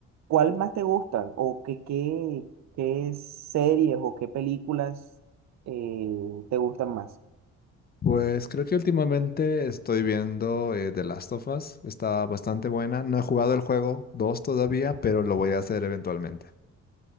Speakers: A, on the right; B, on the left.
A: ¿cuál más te gustan? ¿O qué, qué, qué series o qué películas eh, te gustan más?
B: Pues creo que últimamente estoy viendo eh, The Last of Us. Está bastante buena. No he jugado el juego 2 todavía, pero lo voy a hacer eventualmente.